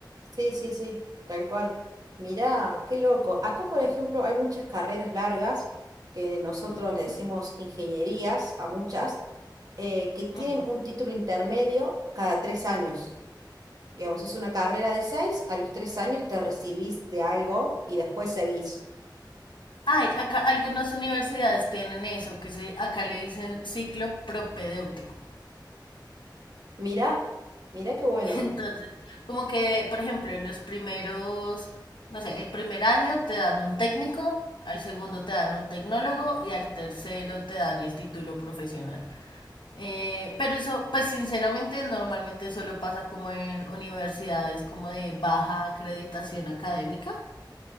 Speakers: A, on the right; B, on the left.
A: Sí, sí, sí, tal cual. Mirá, qué loco. Acá, por ejemplo, hay muchas carreras largas que nosotros
B: Ujú,
A: le decimos ingenierías a muchas, eh, que tienen
B: ujú.
A: un título intermedio cada tres años. Digamos, es una carrera de seis, a los tres años te recibís de algo y después seguís.
B: Ay, acá algunas universidades tienen eso, que se, acá le dicen ciclo propedéutico.
A: Mirá, mirá qué bueno.
B: Entonces, como que, por ejemplo, los primeros, no sé, el primer año te dan un técnico, al segundo te dan un tecnólogo y al tercero te dan el título profesional. Eh, pero eso, pues sinceramente, normalmente solo pasa como en universidades como de baja acreditación académica,